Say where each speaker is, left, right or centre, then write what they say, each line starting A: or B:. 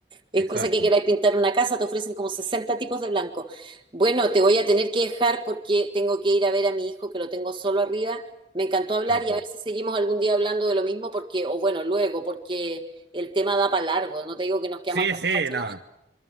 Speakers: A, on the right (about 25°); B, on the right (about 60°).
A: Es
B: Exacto.
A: cosa que queráis pintar una casa, te ofrecen como 60 tipos de blanco. Bueno, te voy a tener que dejar porque tengo que ir a ver a mi hijo que lo tengo solo arriba. Me encantó hablar
B: Magni.
A: y a ver si seguimos algún día hablando de lo mismo porque, o bueno, luego, porque el tema da para largo. No te digo que nos quedamos
B: Sí,
A: hasta
B: sí,
A: las cuatro
B: no.
A: de la mañana.